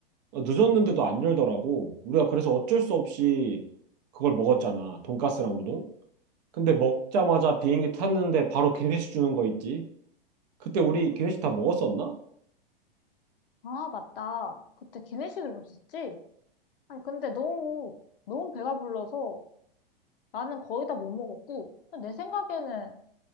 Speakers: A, on the right; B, on the left.
A: 늦었는데도 안 열더라고. 우리가 그래서 어쩔 수 없이 그걸 먹었잖아. 돈가스랑 우동? 근데 먹자마자 비행기 탔는데 바로 기내식 주는 거 있지? 그때 우리 기내식 다 먹었었나?
B: 아, 맞다. 그때 기내식을 먹었지? 아니, 근데 너무, 너무 배가 불러서 나는 거의 다 못 먹었고, 내 생각에는